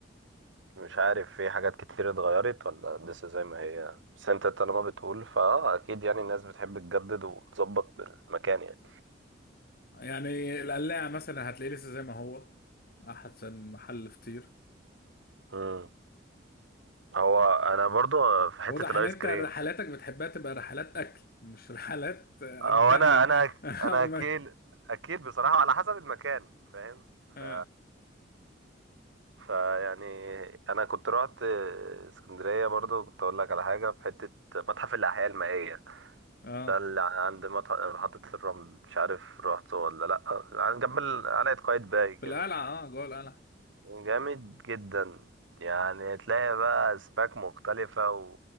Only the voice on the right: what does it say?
مش عارف في حاجات كتير اتغيرت ولا لسه زي ما هي بس انت طالما بتقول فاه اكيد يعني الناس بتحب تجدد وتظبط بالمكان يعني
امم هو انا برضو في حتة
الايس
كريم
او
انا
انا
انا اكيل
اكيل بصراحة على حسب المكان فاهم ف
فيعني انا كنت رحت اسكندرية برضو كنت اقول لك على حاجة في حتة متحف الاحياء المائية
ده اللي عند متح- محطة الرمل مش عارف رحته ولا لا عند- جنب ال- قلعة قايتباي كده
جامد جدا يعني تلاقي بقى أسماك مختلفة